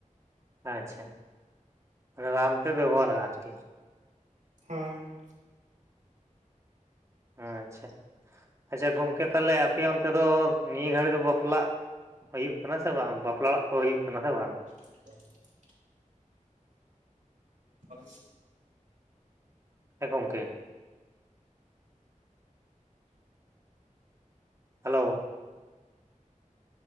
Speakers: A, on the right (about 20°); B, on the right (about 70°).
A: ᱟᱪᱷᱟ ᱨᱟᱱ ᱯᱮ ᱵᱮᱵᱚᱦᱟᱨᱟ ᱟᱨᱠᱤ,
B: ᱦᱳᱭ᱾
A: ᱟᱪᱷᱟ, ᱟᱪᱷᱟ ᱜᱚᱝᱠᱮ ᱛᱟᱦᱚᱞᱮ ᱟᱯᱮ ᱚᱱᱛᱮ ᱫᱚ ᱱᱤᱭᱟᱹ ᱜᱷᱟᱹᱲᱤᱡ ᱫᱚ ᱵᱟᱯᱞᱟᱜ ᱦᱩᱭᱩᱜ ᱠᱟᱱᱟ ᱥᱮ ᱵᱟᱝ ᱵᱟᱯᱞᱟ ᱚᱲᱟᱜ ᱠᱚ ᱦᱩᱭᱩᱜ ᱠᱟᱱᱟ ᱥᱮ ᱵᱟᱝ?
B: <unintelligible> <unintelligible>
A: ᱦᱮᱸ ᱜᱚᱝᱠᱮ ᱦᱮᱞᱳ ᱾